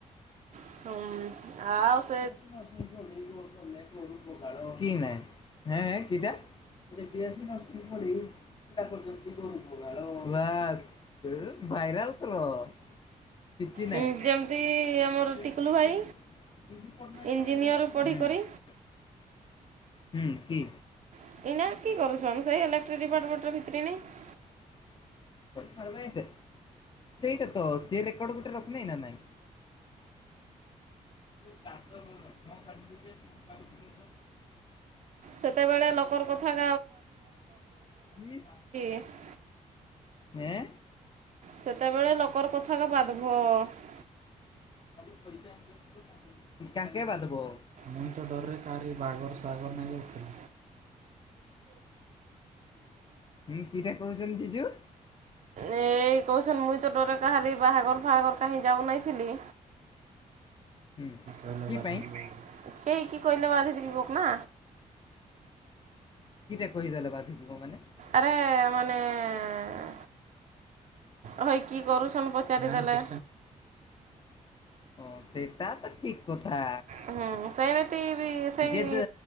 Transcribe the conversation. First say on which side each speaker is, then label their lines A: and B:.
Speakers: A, on the right; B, on the left.
A: ହଁ ଆ
B: <unintelligible> <unintelligible> <unintelligible> କିଛି ନାଇଁ
A: ହୁଁ ଯେମିତି
B: <unintelligible>
A: ଆମର ଟିକୁଲୁ ଭାଇ ଇଞ୍ଜିନିୟର ପଢ଼ିକରି
B: ହୁଁ କି
A: <unintelligible>
B: <unintelligible> <unintelligible>
A: ସେତେବେଳେ ଲୋକର କଥା
B: ଇସ୍,
A: <unintelligible>
B: ହେଁ
A: ସେତେବେଳେ ଲୋକ <unintelligible>
B: <unintelligible>
A: ମୁଇଁ ତ ଡ଼ରରେ କାହାରି ବାଘର, ସାଗର <unintelligible>
B: ହୁଁ କିଡ଼ା କହୁଚନ୍ତି ଜିଜୁ।
A: ଏଇ କହୁଛନ ମୁଇଁ ତ ଡ଼ରେ କାହାରି ବାହାଘର ଫାହାଘର କାହିଁ ଯାଉନାଇଥିଲି।
B: ହୁଁ
A: କେହି
B: କି ପାଇଁ
A: କି କହିଲ ବାନ୍ଧି ଯିବକ ନା।
B: କିଡ଼ା କହିଦେଲେ ବାଧିଯିବ ମାନେ।
A: ଆରେ ମାନେ- ହୋଇ କି କରୁସନ୍ ପଚାରିଦେଲେ?
B: ହଁ ସେଇଟା ତ ଠିକ କଥା।
A: ହୁଁ ସେମିତି ବି ସେଇ
B: ଯେଦେ